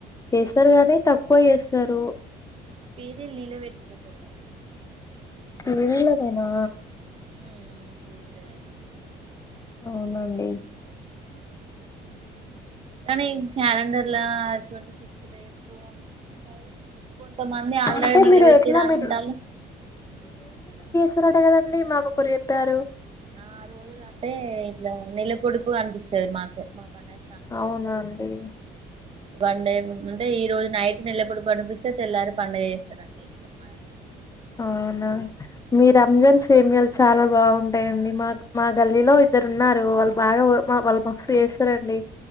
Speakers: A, on the left (about 20°); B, on the right (about 35°).
A: చేస్తారు గానీ తక్కువ చేస్తారు.
B: పీరిల్ నిలబడతారు కదా.
A: వీళ్ళదేనా.
B: ఉమ్ పీర్లదేమో.
A: అవునండి.
B: అనీ క్యాలండర్లా ట్వంటీ సిక్స్ రేపు ఉన్నది కొంతమంది ఆల్రడ
A: అంటే
B: నిలబెట్టిరానంటాల
A: మీరు ఎట్లా మీరు సర అటే కదండి మా ఒకొక్కరు చెప్పారు
B: ఆ రోజులు అంటే ఇట్లా నిలపొడుపు కనిపిస్తుది మాకు మా పండగ
A: అవునా అండి
B: పండే అంటే ఈ రోజు నైట్ నిల్లప్పుడు పనిపిస్తే తెల్లారి పండగ చేస్తారుట్టే ఇ మన
A: అవునా మీ రంజాన్ సేమయాలు చాలా బాగుంటాయండి మాకు మా
B: ఆ
A: గల్లీలో ఇద్దరు ఉన్నారు వాళ్ళు బాగా వాళ్ళు మస్తు చేస్తారండి